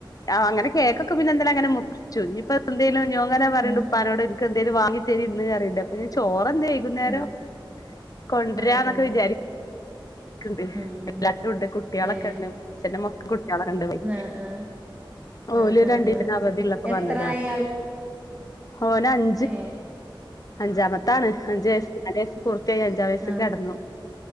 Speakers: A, on the left; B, on the right.
A: അങ്ങനെ കേക്കൊക്കെ പിന്നെ എന്തേലും അങ്ങനെ മുറിച്ചു ഇനിയിപ്പോ എന്തേലും അങ്ങനെ പറയണ്ട്
B: ആഹ്
A: ഉപ്പാനോ എന്തെങ്കിലും വാങ്ങി താരീന്ന് ന്ന് ചോറ് വൈകുന്നേരം
B: ആഹ്
A: കൊണ്ടരാന്നൊക്കെ
B: ആഹ് ആഹ്
A: വിചാരിക്ക്‌ ണ്ട്
B: ഉം ഉം
A: എല്ലാം ഉണ്ട് കുട്ടികളൊക്കെ
B: ഏഹ്
A: മൂത്തച്ഛന്റെ മക്കള് കണ്ടു പോയി
B: ആഹ് ആഹ്
A: ഓല
B: ആഹ് ആഹ്
A: രണ്ടീസന്
B: ആഹ്
A: അവധിള്ളപ്പോ
B: എത്രായി
A: വന്നതാണ് ഒന് അഞ്ച്
B: ഏ
A: അഞ്ചാം മത്താണ് അഞ്ചുവയസ് നാല് വയസ് പൂർത്തിയായി അഞ്ചാംവയസ്സ്
B: ആഹ്
A: കിടന്നു